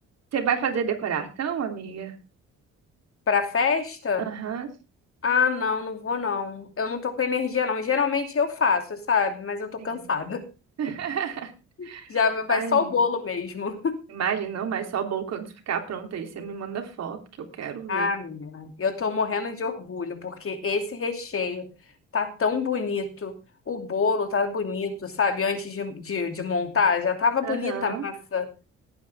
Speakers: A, on the right; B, on the left.
A: Você vai fazer decoração, amiga?
B: Pra festa?
A: Aham,
B: Ah, não, não vou não. Eu não tô com energia, não. Geralmente eu faço, sabe? Mas eu tô
A: sim.
B: cansada.
A: <laughs>
B: <laughs> Já
A: Imagina.
B: vai só o bolo mesmo.
A: Imagina, não, mas só o bolo quando ficar pronto aí, você me manda foto que eu quero
B: Ah,
A: ver.
B: menina, eu tô morrendo de orgulho, porque esse recheio tá tão bonito, o bolo tá bonito, sabe? Antes de, de, de montar, já tava
A: Aham.
B: bonita a massa.